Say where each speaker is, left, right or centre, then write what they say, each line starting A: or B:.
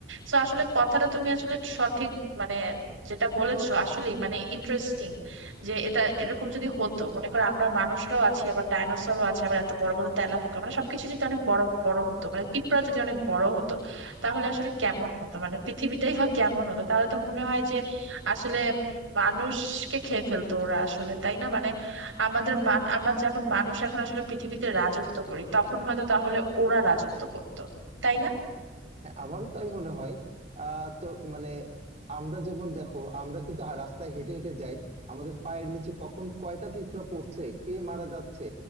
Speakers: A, on the right; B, on the right.
A: সো আসলে কথাটা তুমি আসলে সঠিক মানে যেটা বলেছো আসলে মানে ইন্টারেস্টিং যে এটা এরকম যদি হতো মনে করো আমরা মানুষরাও আছি আবার ডাইনোসরও আছে আবার এত বড় বড় তেলাপোকা মানে সবকিছু যদি অনেক বড় বড় হতো মানে পিঁপড়া যদি অনেক বড় হতো তাহলে আসলে কেমন হতো মানে পৃথিবীটাই বা কেমন হতো তাহলে তো মনে হয় যে আসলে মানুষকে খেয়ে ফেলতো ওরা আসলে তাই না মানে আমাদের মান আমরা যেমন মানুষ এখন আসলে পৃথিবীতে রাজত্ব করি তখন হয়তো তাহলে ওরা রাজত্ব করতো তাই না
B: হ্যাঁ আমারও তাই মনে হয় আহ তো মানে আমরা যেমন দেখো আমরা কিন্তু হা- রাস্তায় হেঁটে হেঁটে যাই আমাদের পায়ের নিচে কখন কয়টা পিঁপড়া পড়ছে কে মারা যাচ্ছে